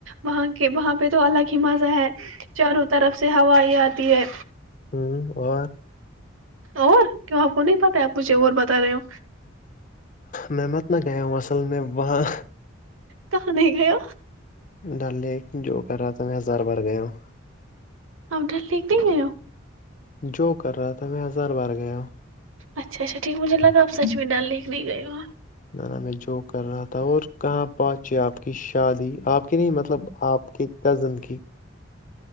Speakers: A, on the right (about 85°); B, on the left (about 40°).
A: وہاں کے وہاں پہ تو الگ ہی مزہ ہے چاروں طرف سے ہوائ آتی ہے
B: ہوں اور
A: اور کیوں آپ کو نہیں پتا آپ مجھے اور بتا رہے ہو
B: میں مت نہ گیا ہوں اصل میں وہاں
A: کہ نہیں گیا
B: ڈل لیک جو کر رہا تھا میں ہزار بار گیا ہوں
A: آپ ڈر لکھ بھی گ ہو
B: جو کر رہا تھا میں ہزار بار گیا ہوں
A: اچھا اچھا ٹھیک مجھے لگ آپ سچین ڈال لییک نہیں گئے ہو وہاں
B: نانا میں جو کر رہا تھا اور کہاں پہنچے آپ کی شادی آپ کی نہیں مطلب آپ کے کزن کی